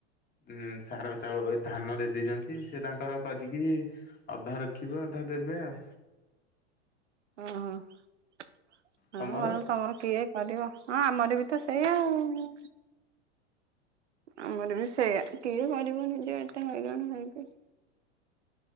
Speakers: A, on the left; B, on the right.
A: ହୁଁ ସାର ଚାଉଳ ଧାନ ଦେଇ ଦେଇଛନ୍ତି ସେ ତାଙ୍କର କରିକି ଅଧା ରଖିବେ ଅଧା ଦେବେ ଆଉ।
B: ଓହୋ ହଁ <unintelligible>
A: ତମର?
B: ତମର କିଏ? କରିବ ହଁ ଆମର ବି ତ ସେଇଆ ଆଉ। ଆମର ବି ସେଇଆା କିଏ କରିବ ନିଯେ ଏତେ ହଇରାଣ ହେଇକି।